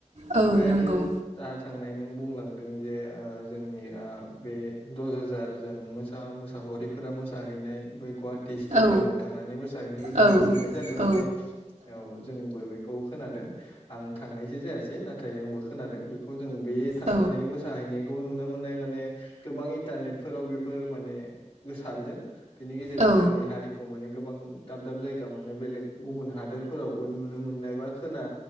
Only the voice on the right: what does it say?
औ
नंगौ
औ
औ
औ
औ
औ